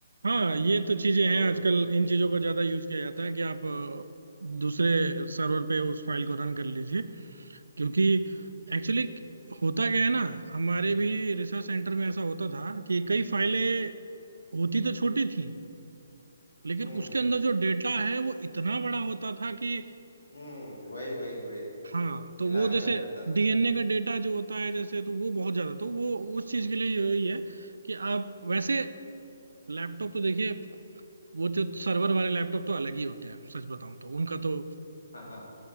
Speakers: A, on the right; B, on the left.
A: हाँ
B: है ना
A: ये तो चीजें
B: तो
A: हैं आजकल इन चीजों का ज्यादा यूज किया जाता है कि आप अ, दूसरे सर्वर पे उस फाइल को रन कर लीजिए क्योंकि
B: जी
A: एक्चुअली होता क्या है ना हमारे भी रिसर्च सेंटर में ऐसा होता था कि कई फाइलें होती तो छोटी थी लेकिन
B: हम्म
A: उसके अंदर जो डेटा है वो इतना बड़ा होता था कि
B: हम्म वही वही वही
A: हाँ तो
B: हिला
A: वो
B: के
A: जैसे
B: रख देता था
A: डीएनए का डेटा जो होता है जैसे तो वो बहुत ज्यादा तो वो उस चीज के लिए यही है कि आप वैसे लैपटॉप तो देखिए वो जो सर्वर वाले लैपटॉप तो अलग ही होते हैं सच बताऊं तो उनका तो
B: हाँ हाँ